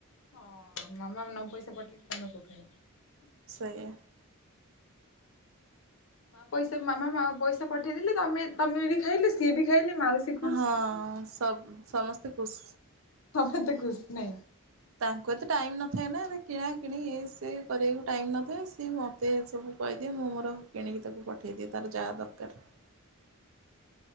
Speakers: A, on the left; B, on the right.
A: ହଁ ମାମା ନଅ ପଇସା ପଠେଇଲେ ତମେ କୋଉଠୁ ଆଣିବ।
B: ସେୟା।
A: ମା ପଇସା ମାମା ପଇସା ପଠେଇଦେଲେ, ତମେ ତମେ ବି ଖାଇଲ ସିଏ ବି ଖାଇଲେ ମାଉସୀ ଖୁସ୍।
B: ହଁ ସ ସମସ୍ତେ ଖୁସ।
A: ଆମର ତ ଖୁସି ନାହିଁ।
B: ତା ଏତେ ଟାଇମ୍ ନଥାଏ ନା କିଣା କିିଣି ଇଏ ସିଏ କରିବାକୁ ଟାଇମ୍ ନଥାଏ ସିଏ ମୋତେସବୁ କହିଦିଏ ମୁଁ ମୋର କିଣିକି ତାକୁ ପଠାଇଦିଏ, ତାର ଯାହା ଦରକାର।